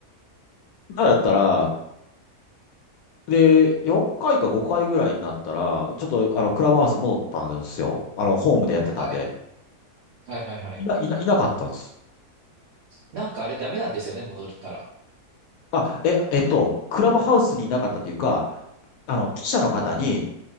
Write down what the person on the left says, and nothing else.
だからだったら、で、4回か5回ぐらいになったら、ちょっと、あの、クラブハウス戻ったんですよ。あの、ホームでやってたんで。
いな、いな、いなかったんです。
あ、え、えっと、クラブハウスにいなかったというか、あの、記者の方に、